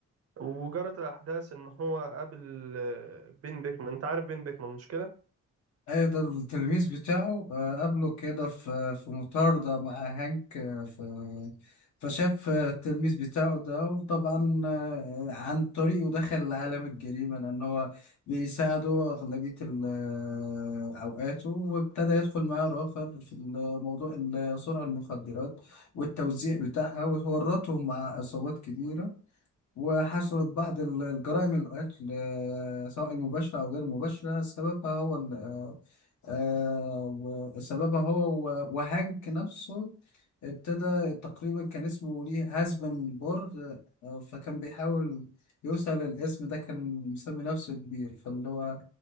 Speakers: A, on the right; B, on the left.
A: وجرت الأحداث إن هو قابل آه، بين بيكمان أنت عارف بين بيكمان مش كده؟
B: ايوه ده التلميذ بتاعه آه، قابله كده في في مطاردة مع هانك آه، في فشاف آه، التلميذ بتاعه ده وطبعا آه، عن طريقه دخل لعالم الجريمة لأن هو بيساعده أغلبية ال- آه، أوقاته وابتدى يدخل معاه آخر في موضوع سرعة المخدرات والتوزيع بتاعها وورطهم مع عصابات كبيرة وحصلت بعض ال- الجرائم القتل آه، سواء المباشرة أو غير المباشرة سببها هو ال- آه، آه، و- سببها هو و- وهانك نفسه ابتدى تقريبا كان اسمه ليه هازبنبرغ آه، فكان بيحاول يوصل الاسم ده كان مسمي نفسه كبير فاللي هو